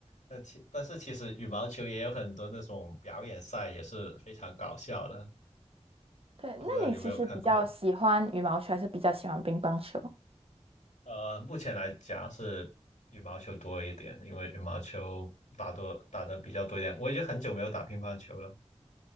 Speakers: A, on the left; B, on the right.
A: 那其但是其实羽毛球也有很多那种表演赛，也是非常搞笑的，
B: 对，那你其实比较喜欢羽毛球，
A: 不知道有没有看过？
B: 还是比较喜欢乒乓球？
A: 呃，目前来讲是羽毛球多一点，因为羽毛球打多打的比较多一点。我已经很久没有打乒乓球了，